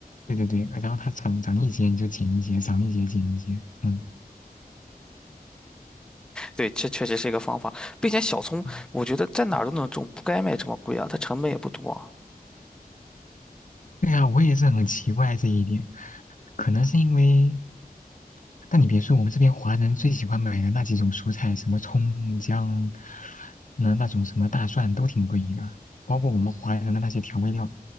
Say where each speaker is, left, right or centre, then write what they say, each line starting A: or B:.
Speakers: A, on the left; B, in the centre.
A: 对对对对，然后它长长一节你就剪一节，长一节剪一节。嗯，
B: 对，这确实是一个方法，并且小葱，
A: <laughs>
B: 我觉得在哪儿都能种，不该卖这么贵啊，它成本也不多啊。
A: 对呀，我也是很奇怪这一点，可能是因为，但你别说，我们这边华人最喜欢买的那几种蔬菜，什么葱姜，那那种什么大蒜都挺贵的，包括我们华人的那些调味料